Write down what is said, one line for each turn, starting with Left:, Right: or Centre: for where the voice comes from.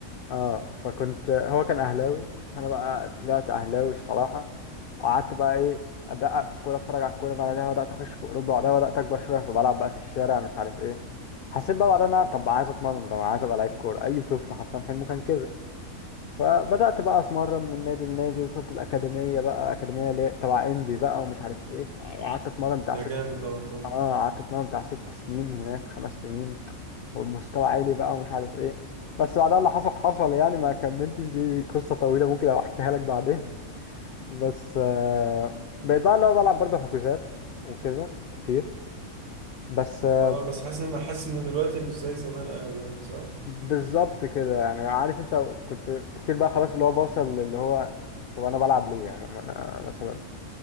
Left: اه فكنت هو كان اهلاوي فانا بقى طلعت اهلاوي الصراحه وقعدت بقى ايه ادقق في الكوره اتفرج على الكوره بعدها بدات اخش في اوروبا بعدها بدات اكبر شويه فبلعب بقى في الشارع مش عارف ايه حسيت بقى بعدها إن انا طب عايز اتمرن طب عايز ابقى لعيب كوره اي طفل حرفيا حلمه كان كده فبدات بقى اتمرن من نادي لنادي وصلت الاكاديميه بقى اكاديميه ليه- تبع انبي بقى ومش عارف ايه فقعدت اتمرن بتاع
Right: ده جامد ده والله
Left: اه قعدت اتمرن بتاع ست سنين هناك خمس سنين ومستوى عالي بقى ومش عارف ايه بس بعدها اللي حصل حصل يعني ما كملتش دي قصة طويلة ممكن ابقى احكيها لك بعدين <laughs> بس آه، بقيت بقى اللي هو بلعب برضه حجوزات وكده كتير بس آه،
Right: اه بس حاسس ان حاسس ان دلوقتي مش زي زمان قوي يعني صح؟
Left: بالظبط كده يعني عارف انت كنت كتير بقى خلاص اللي هو بوصل اللي هو طب انا بلعب ليه يعني ما انا مثلا